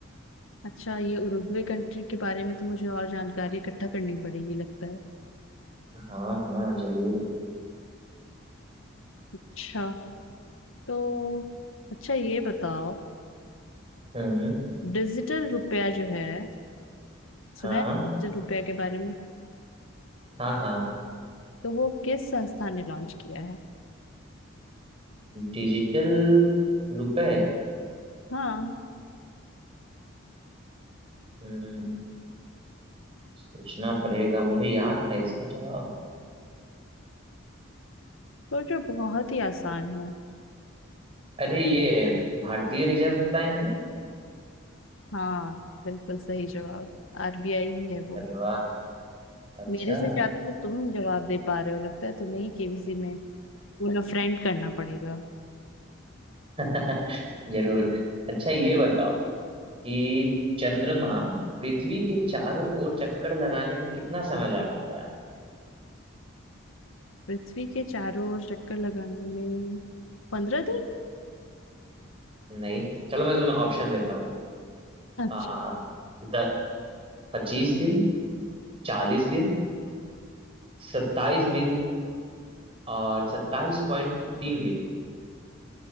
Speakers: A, on the left; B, on the right.
A: अच्छा ये उरुग्वे कंट्री के बारे में तो मुझे और जानकारी इकट्ठा करनी पड़ेगी लगता है
B: हाँ हाँ जरूर
A: अच्छा तो अच्छा ये बताओ
B: हम्म
A: डिजिटल रुपया जो है
B: हाँ
A: सुना है डिजिटल रुपया के बारे में
B: हाँ हाँ
A: तो वो किस संस्था ने लॉन्च किया है
B: डिजिटल रुपए
A: हाँ
B: हम्म सोचना पड़ेगा मुझे याद था इसका जवाब
A: सोचो बहुत ही आसान है
B: अरे ये भारतीय रिजर्व बैंक ने
A: हाँ बिल्कुल सही जवाब आरबीआई ही है वो
B: अरे वाह अच्छा
A: मेरे से ज्यादा तो तुम जवाब दे पा रहे हो लगता है तुम्हें ही केबीसी में उन्हें फ्रेंड करना पड़ेगा
B: <laughs> जरूर अच्छा ये बताओ कि चंद्रमा पृथ्वी के चारों ओर चक्कर लगाने में कितना समय लगाता है
A: पृथ्वी के चारों ओर चक्कर लगाने में पंद्रह दिन
B: नहीं चलो मैं तुम्हें ऑप्शन देता हूँ
A: अच्छा
B: आ द पच्चीस दिन चालीस दिन सत्ताईस दिन और सत्ताईस पॉइंट तीन दिन